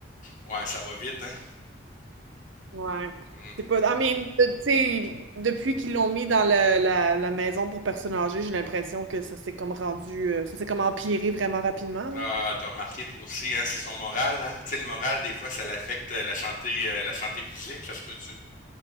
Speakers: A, on the left (about 40°); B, on the right (about 85°).
A: Ouais, ça va vite, hein.
B: Ouais.
A: Hmm.
B: C'est pas... I mean, euh, tu sais, depuis qu'ils l'ont mis dans la, la- la maison pour personnes âgées, j'ai l'impression que ça s'est comme rendu... euh, ça s'est comme empiré vraiment rapidement,
A: Ah,
B: là.
A: t'as remarqué toi aussi, hein, c'est son moral, hein. Tu sais, le moral, des fois, ça l'affecte euh, la santé, euh, la santé physique, ça se peut-tu?